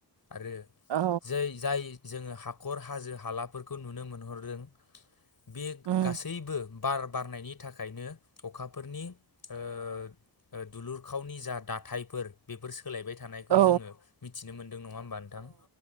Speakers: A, on the left; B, on the right.
A: आरो
B: औ
A: जै जाय जोङो हाखर हाजो हालाफोरखौ नुनो मोनहरदों। बे
B: उम
A: गासैबो बार बारनायनि थाखायनो अखाफोरनि ओ ओ दुलुरखावनि जा दाथायफोर बेफोर सो सोलायबाय थानायखौ
B: औ
A: जोङो मिथिनो मोनदों नङा होमबा नोंथां?